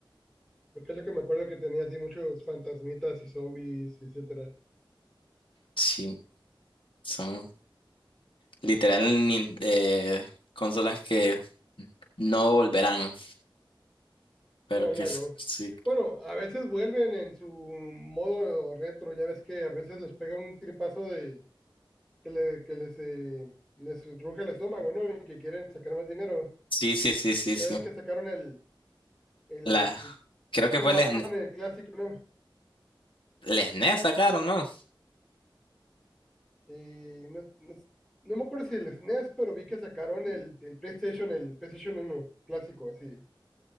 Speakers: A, in the centre; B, on the left (about 75°).
A: porque es lo que me acuerdo que tenía así muchos fantasmitas y zombies, etcétera.
B: Sí, son literal nin- eh, consolas que no volverán, pero
A: No,
B: que
A: ya
B: s-
A: no.
B: sí,
A: Bueno, a veces vuelven en su modo retro, ya ves que a veces les pega un tripazo de que, le- que les, eh, les ruge el estómago, ¿no? Y que quieren sacar más dinero.
B: sí, sí, sí, sí,
A: Ya
B: sí.
A: ves que sacaron el, el,
B: La, creo que
A: One,
B: fue el SNES,
A: el clásico, ¿no?
B: el SNES sacaron, ¿no?
A: Eh, no, no s- no me acuerdo si el SNES, pero vi que sacaron el, el PlayStation, el PlayStation uno clásico, así.